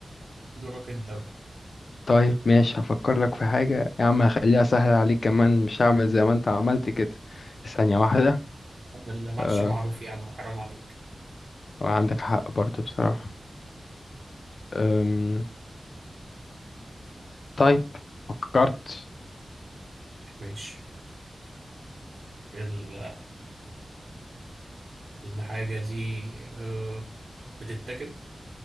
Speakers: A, on the right; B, on the left.
A: دورك أنت بقى
B: طيب ماشي هفكر لك في حاجة يا عم هخليها سهلة عليك كمان مش هعمل زي ما انت عملت كده ثانية واحدة
A: المحشي
B: أه
A: معروف يا عم حرام عليك
B: وعندك حق برضو بصراحة أم. طيب فكرت
A: ماشي ال- الحاجة دي آه، بتتاكل